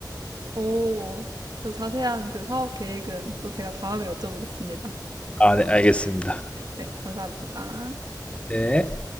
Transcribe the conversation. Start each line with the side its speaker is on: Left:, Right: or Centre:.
Right: 오, 저 자세한 그 사업 계획은 또 제가 다음에 여쭤보겠습니다.
Left: 아, 네, 알겠습니다.
Right: <laughs> 네, 감사합니다.
Left: 네.